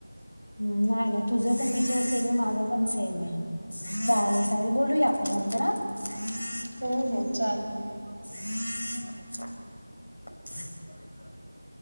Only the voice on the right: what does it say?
हो हो चालेल.